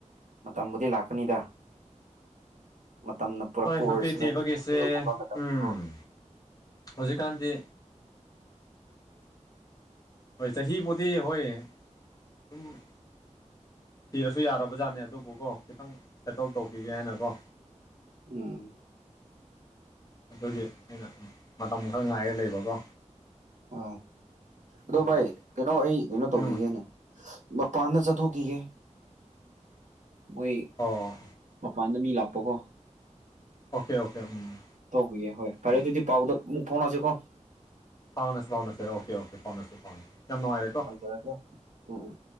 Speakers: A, on the right; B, on the left.
A: ꯃꯇꯝꯕꯨꯗꯤ ꯂꯥꯛꯀꯅꯤꯗ ꯃꯇꯝꯅ ꯄꯨꯔꯛꯄ
B: ꯍꯣꯏ
A: ꯑꯣꯏꯔꯁꯨꯅꯣ
B: ꯅꯨꯄꯤ ꯊꯤꯕꯒꯤꯁꯦ
A: ꯑꯗꯨꯒ ꯑꯗꯨꯒꯨꯝꯕ ꯃꯇꯝꯗꯣ
B: ꯎꯝ ꯍꯧꯖꯤꯛꯀꯥꯟꯗꯤ
A: ꯎꯝ
B: ꯍꯣꯏ ꯆꯍꯤꯕꯨꯗꯤ ꯍꯣꯏ ꯁꯝ ꯊꯤꯔꯁꯨ ꯌꯥꯔꯕ ꯖꯥꯠꯅꯦ ꯑꯗꯨꯕꯨꯀꯣ ꯈꯤꯇꯪ ꯁꯦꯇꯜ ꯇꯧꯈꯤꯒꯦ ꯍꯥꯏꯅꯀꯣ
A: ꯎꯝ
B: ꯑꯗꯨꯒꯤ ꯑꯩꯅ ꯃꯇꯝ ꯈꯔ ꯉꯥꯏꯔ ꯂꯩꯕꯀꯣ
A: ꯑ ꯑꯗꯣ
B: ꯎꯝ
A: ꯚꯥꯏ ꯀꯩꯅꯣ ꯑꯩ ꯀꯩꯅꯣ ꯇꯧꯈꯤꯒꯦꯅꯦ
B: ꯎꯝ
A: ꯃꯄꯥꯟꯗ ꯆꯠꯊꯣꯛꯈꯤꯒꯦ ꯃꯣꯏ
B: ꯑꯣ
A: ꯃꯄꯥꯟꯗ ꯃꯤ ꯂꯥꯛꯄꯀꯣ
B: ꯑꯣꯀꯦ ꯑꯣꯀꯦ ꯎꯝ ꯎꯝ
A: ꯇꯧꯈꯤꯒꯦ ꯍꯣꯏ ꯐꯔꯦ
B: ꯎꯝ
A: ꯑꯗꯨꯗꯤ ꯄꯥꯎꯗ ꯑꯃꯨꯛ ꯐꯥꯎꯅꯔꯁꯤꯀꯣ
B: ꯐꯥꯎꯅꯁꯦ ꯐꯥꯎꯅꯁꯦ ꯑꯣꯀꯦ ꯑꯣꯀꯦ ꯐꯥꯎꯅꯁꯦ ꯐꯥꯎꯅꯁꯦ ꯌꯥꯝ ꯅꯨꯡꯉꯥꯏꯔꯦꯀꯣ
A: ꯍꯣ <unintelligible> ꯎꯝ